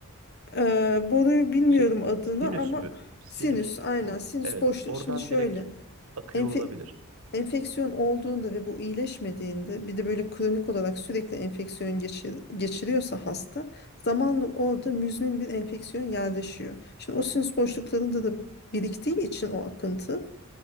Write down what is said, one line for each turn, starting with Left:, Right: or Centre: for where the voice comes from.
Left: eee boruyu bilmiyorum
Right: Şey
Left: adını
Right: sinüs
Left: ama
Right: mü? Sinüs
Left: sinüs aynen
Right: boru.
Left: sinüs
Right: Evet.
Left: boşluğu.
Right: Oradan
Left: Şimdi şöyle
Right: direkt akıyor
Left: Enfe-
Right: olabilir.
Left: enfeksiyon olduğunda ve bu iyileşmediğinde bir de böyle kronik olarak sürekli enfeksiyon geçir- geçiriyorsa hasta zamanla orada müzmin bir enfeksiyon yerleşiyor. Şimdi o sinüs boşluklarında da biriktiği için o akıntı